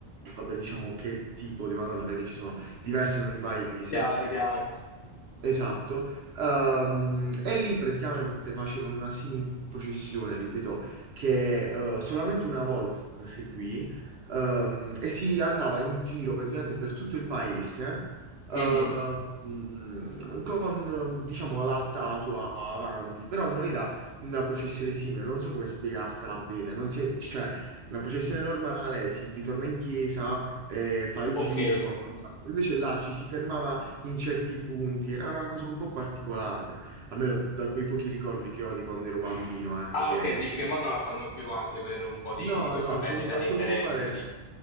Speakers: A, on the right; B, on the left.
A: vabbè, diciamo che tipo di Madonna, perché ci sono diverse in ogni paese.
B: Chiaro, chiaro.
A: Eh, esatto. Ehm, e lì praticamente facevano una simil processione, ripeto, che eh, solamente una volta seguì Ehm, e si andava in giro praticamente per tutto il paese, eh,
B: Mhm.
A: mm, con diciamo la statua avanti, però non era una processione simile, non so come spiegartela bene, non si è- cioè una processione normale si ritorna in chiesa, eh, fa il
B: Ok.
A: giro e quant'altro, invece là ci si fermava in certi punti, era una cosa un po' particolare, almeno da quei pochi ricordi che ho di quando ero bambino, ecco
B: Ah,
A: che...
B: ok, dici
A: che-
B: che mo non la fanno più anche per un po' di,
A: No,
B: di questa
A: no, a,
B: perdita
A: con- a
B: di
A: quanto
B: interesse.
A: pare
B: di-